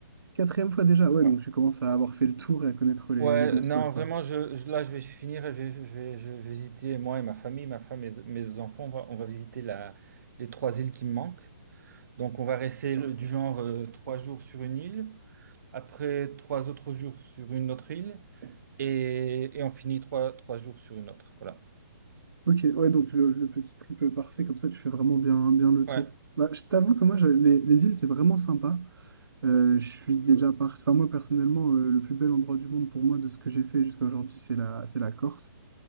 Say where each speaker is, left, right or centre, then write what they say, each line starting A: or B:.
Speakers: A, on the right; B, on the right.
A: quatrième fois déjà. Ouais,
B: Ouais.
A: donc tu commences à avoir fait le tour et à connaître les,
B: Ouais,
A: les bons
B: non,
A: spots,
B: vraiment,
A: quoi.
B: je, je- là, je vais finir, et je vais, je vais, je vais visiter, moi et ma famille, ma femme et mes enfants, on va, on va visiter la, les trois îles qui me manquent. Donc, on va rester le- du genre euh, trois jours sur une île, après trois autres jours sur une autre île, et, et on finit trois, trois jours sur une autre. Voilà.
A: Ok, ouais, donc le, le petit trip parfait, comme ça tu fais vraiment bien, bien le
B: Ouais,
A: tour. Bah, je t'avoue que moi, je- les, les îles, c'est vraiment sympa. Euh, je suis déjà parti. Enfin, moi, personnellement, euh, le plus bel endroit du monde pour moi, de ce que j'ai fait jusqu'à aujourd'hui, c'est la, c'est la Corse.